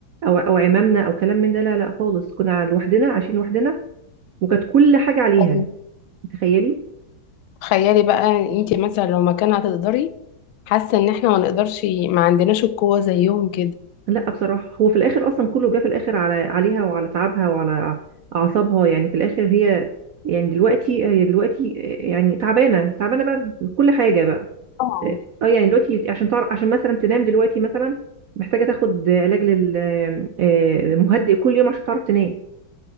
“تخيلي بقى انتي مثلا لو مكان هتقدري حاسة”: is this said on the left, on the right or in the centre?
Left